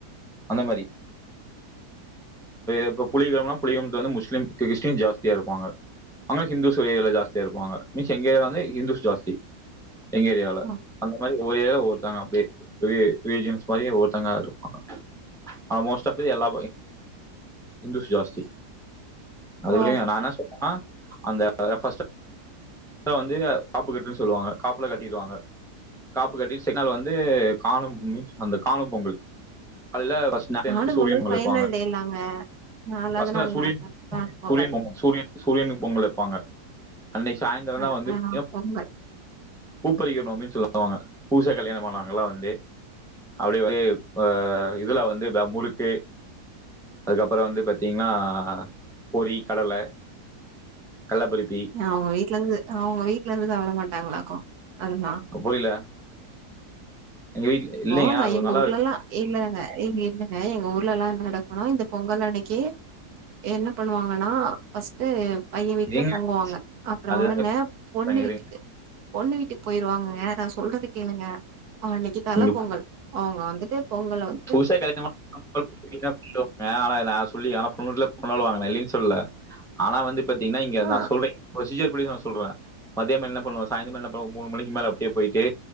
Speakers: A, in the centre; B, on the right.
A: அந்த மாதிரி இப்ப புலியகுளம் புலியகுளத்ல வந்து முஸ்லீம் கிறஸ்டின் ஜாஸ்தியா இருப்பாங்க அங்க ஹிந்துஸ் ஏரிய ஜாஸ்தியா இருப்பாங்க மீன்ஸ் எங்க ஏரியால வந்து ஹிந்துஸ் ஜாஸ்தி எங்க ஏரியால
B: ம்
A: அந்த மாதிரி ஒரு ஏரியல்ல ஒருத்தாங்க அப்டியே ரிலீஜன்ஸ் மாதிரி ஒ ஒரருத்தங்க இருப்பாங்க ஆ மோஸ்ட் ஆஃப் தி எல்லா ஹிந்துஸ் ஜாஸ்தி அது
B: ஓ
A: விடுங்க நா என்ன சொல்றேன்னா அந்த ப்ர்ஸ்ட் வந்து காப்பு கட்டுன்னு சொல்லுவாங்க காப்புல கட்டிடுவாங்க காப்பு கட்டிட்டு செகன்ட் நாள் வந்து காணும் மீன்ஸ் அந்த காணு பொங்கல் கால்ல ஃபர்ஸ்ட் நேரத்துலே
B: காணும்
A: எழுந்துருச்சி சூரியன் பொங்கல்
B: ஃபைனல்
A: வைப்பாங்க
B: டேலாங்க நாலாவது
A: ஃபர்ஸ்ட்
B: நாள்லாங்க
A: நாள் சூரியன்
B: காணும் பொங்கல்
A: சூரியன் சூரியன் சூரியனுக்கு பொங்கல் வைப்பாங்க அன்னிக்கு சாயந்திர
B: ஆ
A: தா வந்துட்டு
B: ஆ பொங்கல்
A: பூப்பறிக்கணும் அப்டின்னு சொல்லுவாங்க புதுசா கல்யாணம்மானவங்க எல்லா வந்து அப்டி வந்து ஆ இதுல வந்து முருக்கு அதுக்கப்பற வந்து பார்த்தீங்கன்னா பொரி கடல கல்லபறிப்பி
B: ஏ அவங்க வீட்ல இருந்து அவங்க வீட்ல இருந்து சாப்ட மாட்டாங்களாக்கும் அதெல்லா
A: புரியல எங்க வீட்ல
B: இப்போ
A: இல்லங்க
B: நா
A: அது
B: எங்க
A: ஒரு நல்லா
B: ஊர்லல்லா
A: இருக்கும்
B: இல்லங்க இங்க இல்லங்க எங்க ஊர்ல எல்லா என்ன நடக்கனுன்னா இந்த பொங்கல் அன்னிக்கு என்ன பண்ணுவாங்கன்னா ஃபர்ஸ்ட்டு பைய வீட்டுல
A: இருங்க.
B: பொங்குவாங்க அப்பற
A: அதுதாங்க
B: உடனே பொண்ணு
A: சொல்றாங்க.
B: வீட்டுக்கு
A: இருங்க.
B: பொண்ணு வீட்டுக்கு போயிருவாங்க நா சொல்றது கேளுங்க அவங்களுக்கு அன்னிக்கு தல
A: நீங்க
B: பொங்கல்
A: பு
B: அவங்க வந்துட்டு பொங்கல் வந்து
A: புதுசா கல்யாணம் ஆன <unintelligible> ஆனா நா சொல்லி ஆனா பொண்ணூர்ல கொண்டாடுவாங்க நா இல்லன்னு சொல்லல ஆனா வந்து பாத்தீங்கன்னா இங்க
B: ஆ
A: நா சொல்ற பரொசீஜர் படி சொல்ற மதிய என்ன பண்ணுவோ சாயந்தரம் என் பண்ணுவ மூணு மணிக்கு மேல அப்டியே போயிட்டு